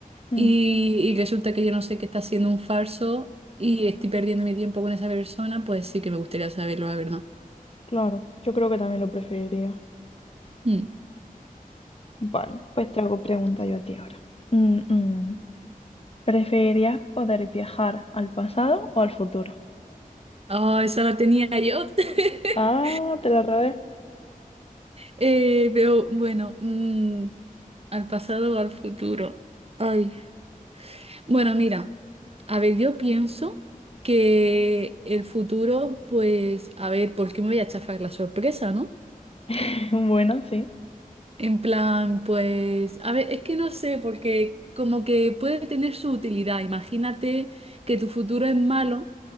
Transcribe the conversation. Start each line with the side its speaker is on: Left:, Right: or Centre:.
Left: Mm,
Right: y, y resulta que yo no sé que está siendo un falso y estoy perdiendo mi tiempo con esa persona, pues sí que me gustaría saberlo, la verdad.
Left: claro, yo creo que también lo preferiría.
Right: Mm.
Left: Vale, pues te hago pregunta yo a ti ahora. Mm, mm. ¿Preferirías poder viajar al pasado o al futuro?
Right: Ah, esa la tenía yo. <laughs>
Left: Ah, te la robé.
Right: Eh, veo, bueno, mm, al pasado o al futuro. Ay. Bueno, mira, a ver, yo pienso que el futuro, pues, a ver, ¿por qué me voy a chafar la sorpresa, no?
Left: <laughs> Bueno, sí.
Right: En plan, pues, a ver, es que no sé, porque como que puede tener su utilidad. Imagínate que tu futuro es malo,